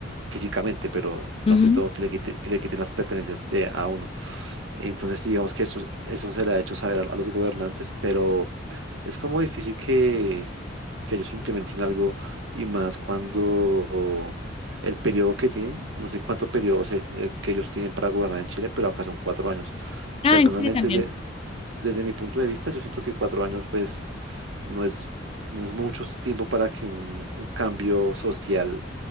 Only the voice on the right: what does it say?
físicamente, pero
más que todo que le quite, que le quiten las pertenencias de a uno. Entonces, digamos que eso, eso se le ha hecho saber a, a los gobernantes, pero es como difícil que, que ellos implementen algo y más cuando el periodo que tienen, no sé cuántos periodos el- eh, que ellos tienen para gobernar en Chile, pero acá son cuatro años.
Personalmente,
desde, desde mi punto de vista, yo siento que cuatro años, pues, no es, no es mucho tiempo para que un, un cambio social